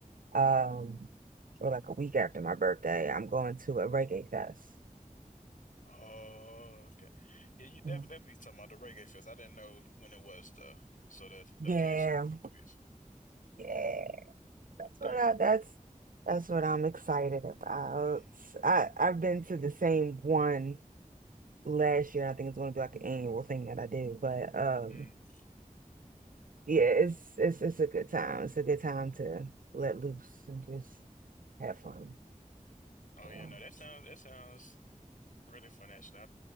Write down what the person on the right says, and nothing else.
um, or like a week after my birthday, I'm going to a reggae fest.
Mhm.
Yeah,
yeah. That's
what I, that's that's what I'm excited about.
I I've been to the same one last year. I think it's going to be like an annual thing that I do, but um
yeah, it's it's it's a good time. It's a good time to let loose and just have fun.
Wow.